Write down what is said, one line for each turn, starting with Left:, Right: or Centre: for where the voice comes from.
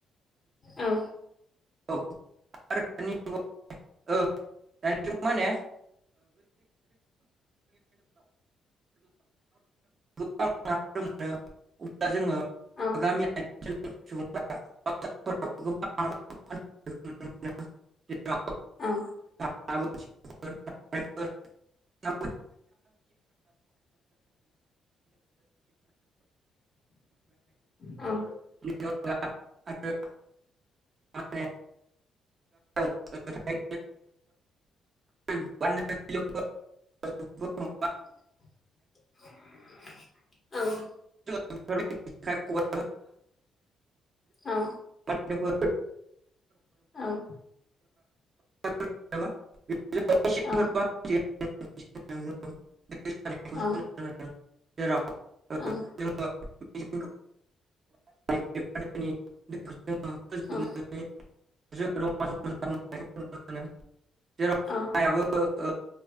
Left: औ
Right: <unintelligible> <unintelligible> माने <unintelligible> गोबां नाफोर मोनो अब्ला जोङो <unintelligible>
Left: औ
Right: गामि <unintelligible> <unintelligible>
Left: औ
Right: <unintelligible> <unintelligible> ना
Left: औ
Right: <unintelligible> <unintelligible> <unintelligible> <unintelligible>
Left: <unintelligible>
Right: <unintelligible>
Left: औ
Right: <unintelligible>
Left: औ
Right: <unintelligible>
Left: औ
Right: जेराव
Left: औ
Right: <unintelligible>
Left: औ
Right: मिसिनखौ <unintelligible>
Left: औ
Right: <unintelligible>
Left: औ
Right: <inaudible>